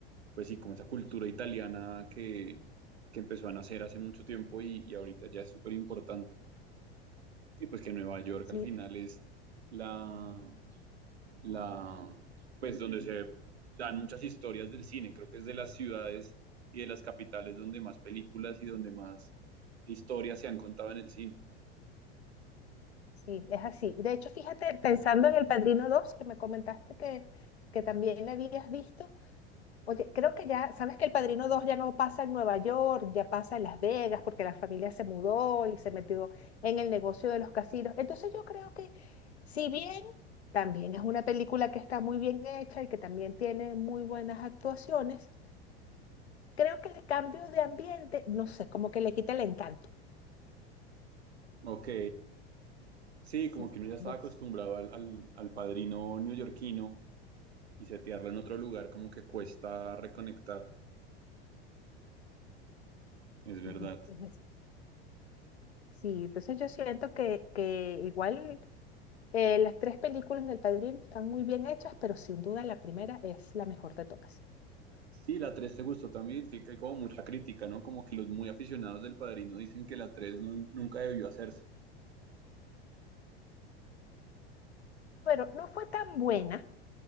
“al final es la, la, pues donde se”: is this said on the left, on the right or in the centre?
Right